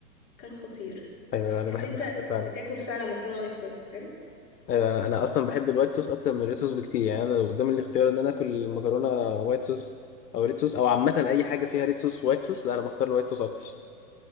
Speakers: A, on the left; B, on the left.
A: كان خطير
B: ايوه انا
A: تحس
B: بحبها
A: انت
B: فعلا
A: بتاكل فعلا مكرونة وايت صوص فاهم
B: ايوه انا اصلا بحب الوايت صوص اكتر من الريد صوص بكتير يعني انا لو قدامي الاختيار ان انا اكل مكرونه وايت صوص او ريد صوص او عامه اي حاجه فيها ريد صوص وايت صوص لا انا بختار الوايت صوص اكتر